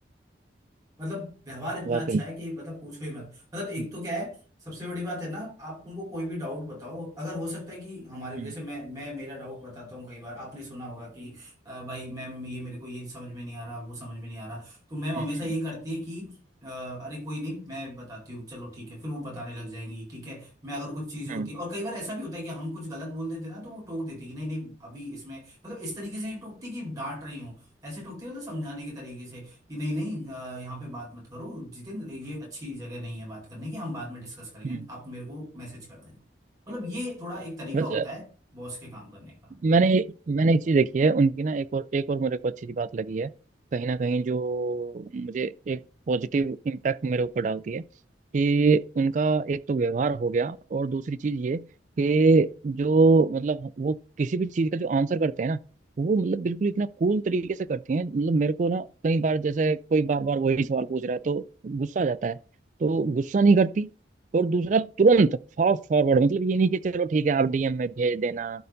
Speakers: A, on the right (about 20°); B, on the right (about 40°).
A: मतलब व्यवहार इतना
B: वाकई
A: अच्छा है कि मतलब पूछो ही मत मतलब एक
B: हम्म,
A: तो क्या है सबसे बड़ी बात है ना आप उनको कोई भी डाउट बताओ अगर हो सकता है कि हमारे
B: हम्म,
A: जैसे मैं मैं मेरा डाउट बताता हूँ कई बार आपने सुना होगा कि "अ, भाई मैम ये मेरे को ये समझ में नहीं आ रहा वो समझ में नहीं आ रहा तो मैम हमेशा
B: हम्म,
A: ये करती है कि "अ, अरे कोई नहीं मैं बताती हूँ चलो ठीक है फिर वो बताने लग जाएंगी ठीक है मैं अगर कुछ चीजें
B: हम्म,
A: होती
B: हम्म।
A: है और कई बार ऐसा भी होता है कि हम कुछ गलत बोल देते ना तो वो टोक देती है कि नहीं नहीं अभी इसमें मतलब इस तरीके से नहीं टोकती कि डांट रही हूँ ऐसे टोकती है मतलब समझाने के तरीके से कि नहीं नहीं अ, यहाँ पे बात मत करो जितेंद्र ये अच्छी जगह नहीं है बात करने की हम बाद में डिस्कस करेंगे
B: हम्म।
A: आप मेरे को मैसेज कर देना मतलब ये थोड़ा एक तरीका
B: वैसे
A: होता है बॉस के काम करने का
B: मैंने मैंने एक चीज देखी है उनकी ना एक और एक और मेरे को अच्छी सी बात लगी है कहीं ना कहीं जो मुझे एक पॉजिटिव इम्पैक्ट मेरे ऊपर डालती है कि उनका एक तो व्यवहार हो गया और दूसरी चीज ये कि जो मतलब वो किसी भी चीज का जो आंसर करते हैं ना वो मतलब बिल्कुल इतना कूल तरीके से करती हैं मतलब मेरे को ना कई बार जैसे कोई बार बार वही सवाल पूछ रहा है तो गुस्सा आ जाता है तो गुस्सा नहीं करती और दूसरा तुरंत फास्ट फॉरवर्ड मतलब ये नहीं कि चलो ठीक है आप डीएम में भेज देना